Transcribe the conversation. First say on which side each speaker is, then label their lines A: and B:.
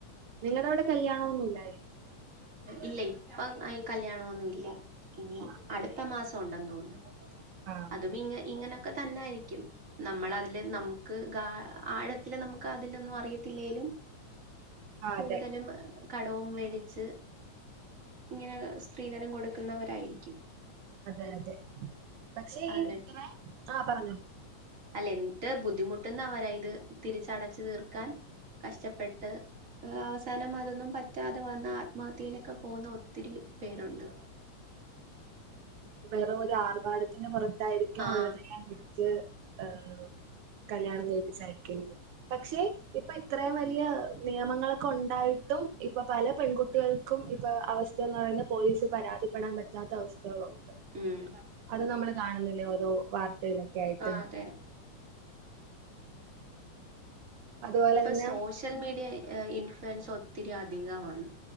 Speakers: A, on the right; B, on the right.
A: നിങ്ങള അവിടെ കല്യാണം ഒന്നു ഇല്ലേ
B: ഇല്ല ഇപ്പ കല്ല്യാണോന്നും ഇല്ല ഇനി
A: ആഹ്
B: അടുത്ത മാസം ഉണ്ടെന്ന് തോന്നുന്നു
A: ആഹ്
B: അതും ഇങ്ങ ഇങ്ങനെയൊക്കെ തന്നെ ആയിരിക്കും നമ്മൾ അതില് നമുക്ക് ഗ ആഴത്തില് നമുക്ക് അതിലൊന്നും അറിയത്തില്ലേലും കൂടുതലും
A: അതെ
B: കടവും വേടിച്ച് ഇങ്ങനെ സ്ത്രീധനം കൊടുക്കുന്നവരായിരിക്കും
A: അതെ അതെ പക്ഷെ ഈ
B: എന്നിട്ട്
A: ഇത്ര ആഹ് പറഞ്ഞോ
B: അല്ല എന്ന്ട്ട് ബുദ്ധിമുട്ടുന്ന അവരാ ഇത് തിരിച്ചടച്ചു തീർക്കാൻ കഷ്ടപ്പെട്ട് ഇഹ് അവസാനം അതൊന്നും പറ്റാതെ വന്ന ആത്മഹത്യയിലൊക്കെ പോകുന്ന ഒത്തിരി പേരുണ്ട്.
A: വെറും ഒരു ആർഭാടത്തിന്റെ പുറത്തായിരിക്കും
B: ആഹ്
A: ഉള്ളതെല്ലാം വിറ്റ് ഏഹ് കല്യാണം കഴിപ്പിച്ചയക്ക്‌ന്ന് പക്ഷെ ഇപ്പൊ ഇത്രയും വലിയ നിയമങ്ങളൊക്കെ ഉണ്ടായിട്ടും ഇപ്പൊ പല പെൺകുട്ടികൾ ക്കും ഇപ്പൊ അവസ്ഥ എന്ന് പറയുന്നത് പോലീസ് പരാതിപ്പെടാൻ പറ്റാത്ത അവസ്ഥകളൊന്ന്
B: ഉം
A: അത് നമ്മള് കാണുന്നില്ലേ ഓരോ വാർത്തയിലൊക്കെ ആയിട്ട്
B: ആഹ് അതെ
A: അതുപോലെ
B: ഇപ്പൊ
A: തന്നെ
B: സോഷ്യൽ മീഡിയ ഇൻഫ്ലുവൻസ് ഒത്തിരി അധികമാണ്.